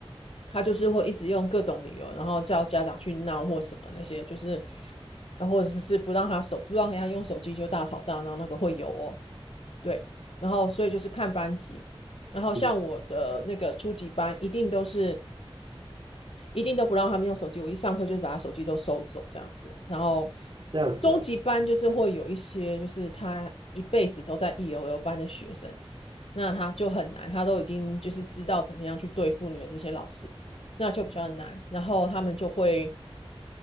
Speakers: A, on the left; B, on the right.
A: 他就是会一直用各种理由，然后叫家长去闹或什么那些，就是，然后或者是不让他手不让人家用手机就大吵大闹，那个会有哦，对，然后所以就是看班级，然后像我的那个初级班一定都是。
B: 嗯，
A: 一定都不让他们用手机。我一上课就是把他手机都收走这样子。然后
B: 这样子哦。
A: 中级班就是会有一些，就是他一辈子都在 e o l 班的学生，那他就很难，他都已经就是知道怎么样去对付你们这些老师，那就比较难。然后他们就会